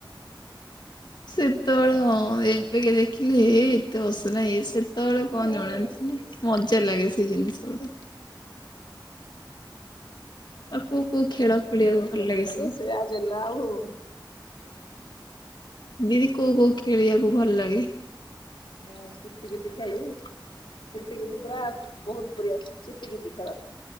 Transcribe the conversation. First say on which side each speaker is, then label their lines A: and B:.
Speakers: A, on the left; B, on the left.
A: ଶୀତଳ ହଁ, ଏବେ କେ ଦେଖିଲି ହେଇ ହେଇ ଏତେ ନାଇ ସେତେବେଳେ
B: ଇଏ
A: କଣ ଜଣାନ୍ତି ମଜା ଲାଗେ ସେ ଜିନିଷ ଗୁଡା ଆଉ କୋଉ କୋଉ ଖେଳ ଖେଳିବାକୁ
B: ବହୁତ
A: ଭଲ
B: ମଜା ଲାଗେ
A: ସବୁ
B: ସେୟାଦିନ ଆଉ
A: ଦିଦି କୋଉ କୋଉ ଖେଳିବାକୁ ଭଲ ଲାଗେ?
B: ଆମେ କିତି କିତି ଖେଳୁ। କିତି କିତି ପୁରା ବହୁତ ବରିଆ କିତି କିତି ଖେଳ